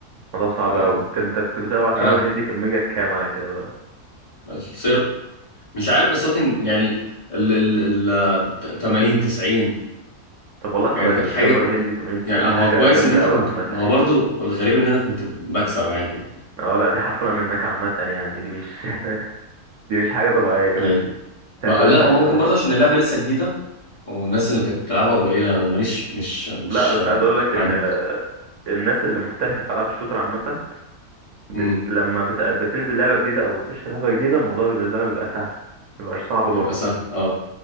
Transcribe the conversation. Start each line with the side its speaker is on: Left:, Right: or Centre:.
Right: الموضوع صعب
Left: اه
Right: قوي طب انت كنت بتلعب على
Left: اه
Right: سيرفر هندي كان ميجا كام على كده بقى
Left: السيرفر مش عارف بس هو كان يعني ال ال ال 80 90
Right: طب والله كويس
Left: يعني كان حاجه
Right: سيرفر
Left: كو...
Right: هندي 80 90
Left: يعني
Right: دي
Left: هو
Right: حاجه
Left: كويس
Right: جامده
Left: ان انت
Right: قوي
Left: كنت
Right: عامه
Left: ما
Right: يعني
Left: هو برضو والغريب ان انا كنت بكسب عادي
Right: اه لا دي حرفنا منك عامه يعني دي مش <laughs> دي مش حاجه طبيعيه
Left: يعني
Right: ماشي ما تعتبرهاش
Left: بقى لا
Right: حاجه
Left: هو ممكن
Right: طبيعيه
Left: برضه عشان اللعبه لسه جديده والناس اللي كانت بتلعبها قليله انا ماليش مش مش
Right: لا بس
Left: آه،
Right: عايز اقول لك ان
Left: عند
Right: آه، الناس اللي محترفه في العاب الشوتر عامه بت...
Left: امم
Right: لما بت... بتنزل لعبه جديده او بتخش لعبه جديده الموضوع بالنسبه لها بيبقى سهل مبيبقاش صعب برضه
Left: بيبقى سهل اه